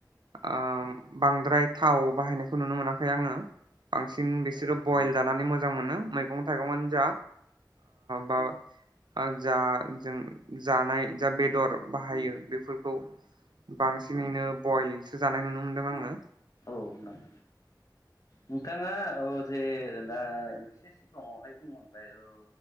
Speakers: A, on the right; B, on the left.
A: ओम बांद्राय थाव बाहायनायखौ नुनो मोनाखै आङो बांसिन बिसोरो बयल जानानै मोज मोजां मोनो मैगं थाइगंयानो जा बा जा जों जानाय जा बेदर बाहायो बेफोरखौ बांसिनैनो बयल सो जानाय नुनो मोनदों आङो
B: हनाय नोंथाङा औ जे दा एसे सिगाङावहाय बुंलांबाय औ